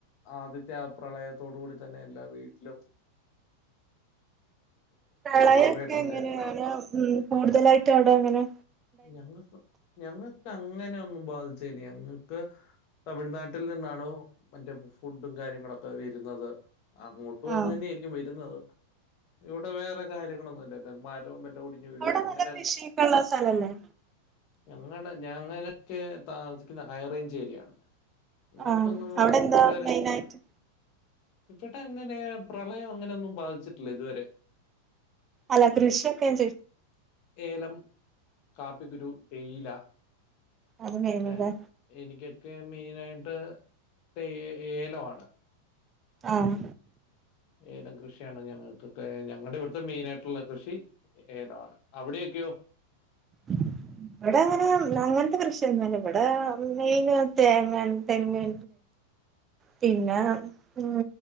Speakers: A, on the left (about 45°); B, on the right (about 25°).
A: ആദ്യത്തെ ആ പ്രളയത്തോടു കൂടി തന്നെ എല്ലാ വീട്ട്ലും
B: പ്രളയൊക്കെ
A: ആയി ഇൻവേർട്ടറും
B: എങ്ങനെയാ
A: കാര്യങ്ങളായി
B: കൂടുതലായിട്ട് അവ്ടെ അങ്ങനെ
A: ഞങ്ങക്ക് ഞങ്ങക്ക് അങ്ങനൊന്നും ബാധിച്ചേന ഞങ്ങക്ക് തമിഴ്നാട്ടിൽ നിന്നാണോ മറ്റോ ഫുഡും കാര്യങ്ങളൊക്കെ വര്ന്നത് അങ്ങോട്ടും
B: ആഹ്
A: അത് തന്നെയായിരിക്കും വര്ന്നത്, ഇവടെ വേറെ കാര്യങ്ങളൊന്നുംല്ല മരോം വല്ല <unintelligible> അങ്ങനെ
B: അവിടെ നല്ല കൃഷിയൊക്കെ ഉള്ള സ്ഥലല്ലേ
A: ഞങ്ങടെ ഞങ്ങയോ ക്കെ താമസിക്കുന്ന ഹൈ റേഞ്ച് ഏരിയാണ് ഇങ്ങോട്ടൊന്നും
B: ആഹ്
A: പോ
B: അവിടെ എന്താ
A: ഇത് വരെ
B: മെയിനായിട്ട്
A: ഇവടങ്ങനെ പ്രളയം അങ്ങനൊന്നും ബാധിച്ചിട്ട്ല്ല ഇത് വരെ
B: അല്ല കൃഷിയൊക്കേം
A: ഏലം, കാപ്പിക്കുരു, തേയില
B: അത് മെയിനല്ലേ
A: ഞാ എനിക്ക് ഒക്കെ മെയിൻ ആയിട്ട് തേ ഏലമാണ്
B: ആഹ്
A: ഏലം കൃഷിയണോ ഞങ്ങൾക്ക് ഞങ്ങളുടെ ഇവിടുത്തെ മെയിൻ ആയിട്ടുള്ള കൃഷി ഏലണ് അവിടെൊക്കെയോ
B: ഉ ഇവിടെ അങ്ങനെ അങ്ങനത്തെ കൃഷിയന്നല്ല ഇവിടെ മെയിൻ തേങ്ങാ തെങ്ങ് പിന്നെ ഉ